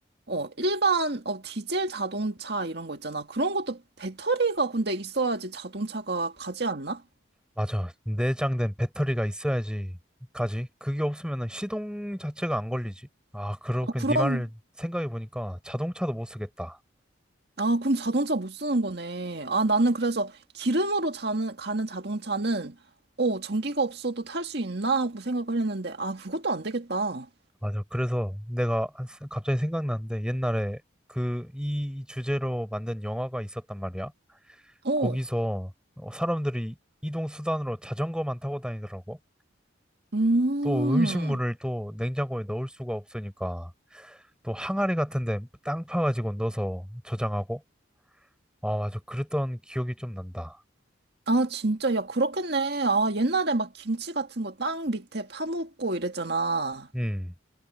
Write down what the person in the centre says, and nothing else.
맞아. 내장된 배터리가 있어야지 가지. 그게 없으면 시동 자체가 안 걸리지. 아, 그렇군.
네 말을 생각해 보니까 자동차도 못 쓰겠다.
맞아. 그래서 내가 한- 갑자기 생각났는데 옛날에 그 이 주제로 만든 영화가 있었단 말이야.
거기서 어, 사람들이 이동 수단으로 자전거만 타고 다니더라고.
또 음식물을 또 냉장고에 넣을 수가 없으니까 또 항아리 같은 데 땅 파가지고 넣어서 저장하고. 아, 맞아. 그랬던 기억이 좀 난다.
음,